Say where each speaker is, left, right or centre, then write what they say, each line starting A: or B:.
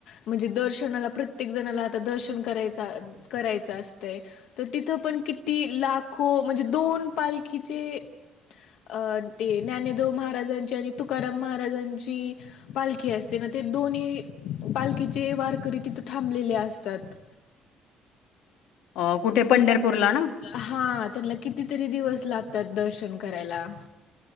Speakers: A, on the left; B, on the left.
A: म्हणजे दर्शनाला प्रत्येक जणाला आता दर्शन करायच, करायच असतंय तर तिथं पण किती लाखो, म्हणजे दोन पालखीचे अं ते ज्ञानेदेव महाराजांची आणि तुकाराम महाराजांची पालखी असते ना, ते दोन्ही पालखीचे वारकरी तिथं थांबलेले असतात.
B: अ कुठे पंढरपूरला ना?
A: हा त्यांना कितीतरी दिवस लागतात दर्शन करायला.